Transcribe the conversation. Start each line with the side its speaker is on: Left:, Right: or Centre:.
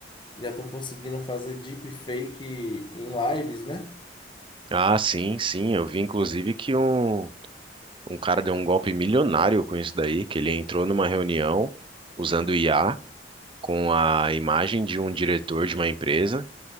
Left: já estão conseguindo fazer deepfake em lives, né?
Right: Ah, sim, sim, eu vi inclusive que um Um cara deu um golpe milionário com isso daí, que ele entrou numa reunião usando IA com a imagem de um diretor de uma empresa.